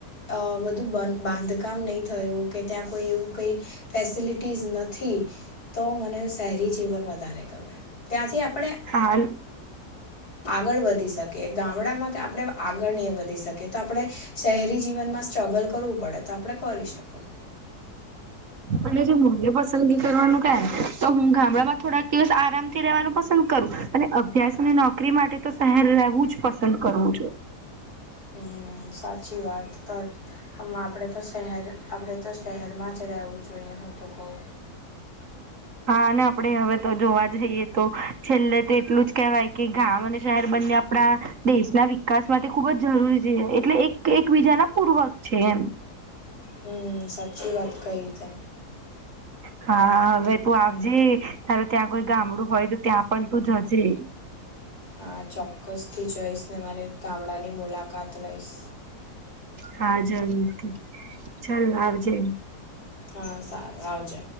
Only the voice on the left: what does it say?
અ બધું બાંધકામ નહીં થયું કે ત્યાં કોઈ એવું કઈ ફેસિલિટીઝ નથી, તો મને શહેરી જીવન વધારે ગમે ત્યાંથી આપડે
આગળ વધી શકે ગામડામાં કે આપણે આગળ નહીં વધી શકેએ તો આપણે શહેરી જીવનમાં સ્ટ્રગલ કરવું પડે તો આપણે કરી શકો.
હમ્મ સાચી વાત તો હ આપણે તો શહેર આપણે તો શહેરમાં જ રહેવું જોઈએ હું તો કહું.
હમ સાચી વાત કહી તે.
હા ચોક્કસથી જઈશ ને મારે ગામડાની મુલાકાત લઈશ.
હા સારુ આવજે.